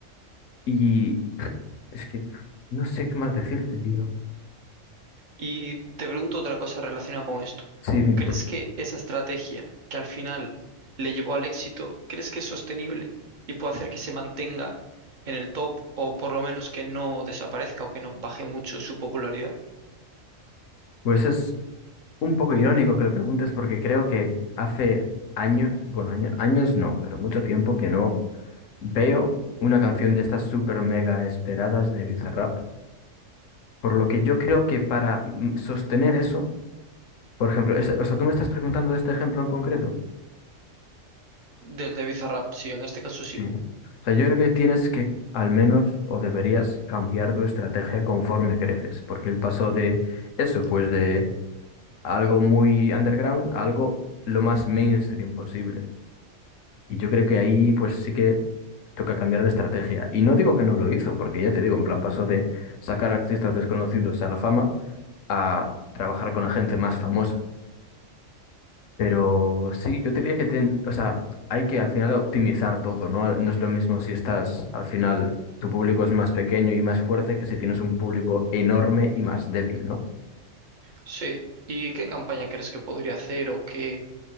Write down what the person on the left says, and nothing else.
y es que no sé qué más decirte, digo.
Sí, dime.
Pues es un poco irónico que lo preguntes porque creo que hace años, bueno, año- años no, pero mucho tiempo que no veo una canción de estas super mega esperadas de Bizarrap. Por lo que yo creo que para mm, sostener eso, por ejemplo, es- o sea, tú me estás preguntando de este ejemplo en concreto.
Sí. O sea, yo creo que tienes que, al menos, o deberías cambiar tu estrategia conforme creces, porque el paso de eso, pues de algo muy underground a algo lo más mainstream posible. Y yo creo que ahí, pues sí que toca cambiar de estrategia. Y no digo que no lo hizo, porque ya te digo, en plan, paso de sacar artistas desconocidos a la fama a trabajar con la gente más famosa. Pero sí, yo diría que tien- o sea, hay que al final optimizar todo, ¿no? No es lo mismo si estás, al final, tu público es más pequeño y más fuerte que si tienes un público enorme y más débil, ¿no?